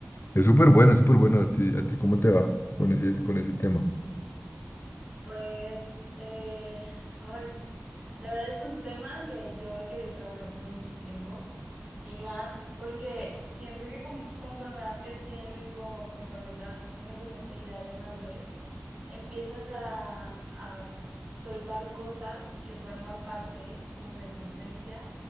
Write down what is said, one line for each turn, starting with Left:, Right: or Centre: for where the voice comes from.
Left: Es súper bueno, es súper bueno. ¿A ti, a ti cómo te va con ese, con ese tema?
Right: Pues, eh, ay, la verdad es un tema que yo he querido trabajar por mucho tiempo y más porque siento que con- conforme vas creciendo y co- conforme te vas haciendo como esta idea de madurez, empiezas a, a soltar cosas que forman parte como de tu esencia